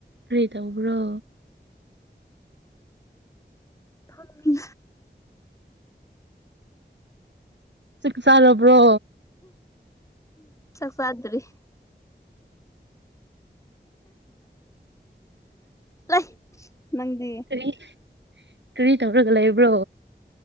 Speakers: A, on the right; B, on the left.
A: ꯀꯦ ꯇꯧꯕ꯭ꯔꯣ
B: ꯐꯝꯃꯤ
A: ꯆ ꯆꯥꯔꯕ꯭ꯔꯣ
B: ꯆꯁꯗꯔꯤ ꯂꯩ ꯅꯪꯗꯤ
A: ꯀꯔꯤ ꯀꯔꯤ ꯇꯧꯔꯒ ꯂꯩꯕ꯭ꯔꯣ